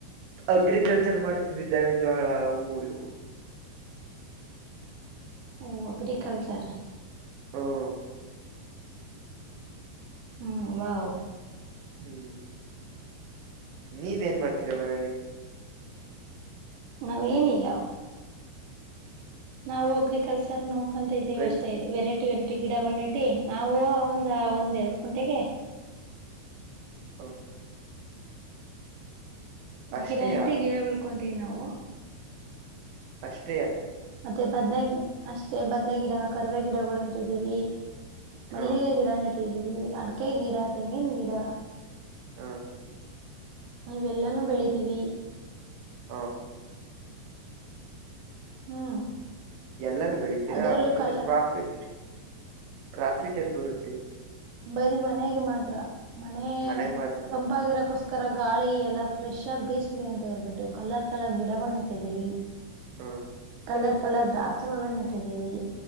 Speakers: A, on the right; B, on the right.
A: ಅಗ್ರಿಕಲ್ಚರ್ ಮಾಡ್ತೀವಿ ಜಳಾ ಅವು ಇವು
B: ಓ ಅಗ್ರಕಲ್ಚರ್
A: ಹ್ಮ್
B: ಹ್ಮ್ ವಾವ್
A: ಹ್ಮ್ ನೀವೇನ್ ಮಾಡ್ತೀರ ಮನೆಯಲ್ಲಿ
B: ನಾವೇನಿಲ್ಲ ನಾವು ಅಗ್ರಿಕಲ್ಚರ್ ನೋಡ್ಕೊಂತ ಇದ್ದೇವಿ
A: ಬೆಳ್
B: ಅಷ್ಟೇ ವೆರೈಟಿ ಇಟ್ಟಟ್ಟಿ ಗಿಡಗಳನಟ್ಟಿ ನಾವು ಒಂದ ಒಂದ್ ಎರಡ್ ಕುಂಟೆಗೆ
A: ಹ್ಮ್. ಅಷ್ಟೇಯಾ
B: ಗಿಡ ನಟ ಗಿಡ ಬೆಳ್ಕೊಂತೀವಿ ನಾವು
A: ಅಷ್ಟ್ರೆಯ
B: ಮತ್ತೆ ಬದ್ನ ಅಷ್ಟೇ ಬದ್ನ ಗಿಡ ಕರುವವೆ ಗಿಡಗಳನ ಇಟ್ಟಿದ್ದೀವಿ
A: ಹ
B: ಮಲ್ಲಿಗೆ ಗಿಡ ನೆಟ್ಟಿದೀವಿ ಅಡಕೆ ಗಿಡ ತೆಂಗಿನ ಗಿಡ
A: ಹಾ
B: ನೀವೆಲ್ಲಾನೂ ಬೆಳಿತೀವಿ
A: ಹ
B: ಹ್ಮ್
A: ಎಲ್ಲಾನೂ ಬೆಳಿತೀರಾ
B: ಅದ್ರಲ್ಲೂ
A: ಮತ್ತೆ
B: ಕಲ್ಲ
A: ಪ್ರಾಫಿಟ್ೀ ಟ್ರಾಫಿಟ್ ಎಲ್ಲಿ ಬರುತ್ತೆ
B: ಬರಿೀ ಮನೆಗೆ ಮಾತ್ರ ಮನೆ
A: ಮನೆಗ್ ಮಾತ್ರ
B: ತಂಪಾಗಿರಕೋಸ್ಕರ ಗಾಳಿ ಎಲ್ಲ ಫ್ರೆಶ್ ಆಗಿ ಬೇಿಸ್ಲಿ ಅಂತ ಹೇಳ್ಬಿಟ್ಟು ಕಲರ್ ಕಲರ್ ಗಿಡಗಳ ನೆಟ್ಟಿದೀವಿ
A: ಹ
B: ಕಲರ್ ಕಲರ್ ದಾಚುವಳನ್ನ ಇಟ್ಟಿದ್ದೀವಿ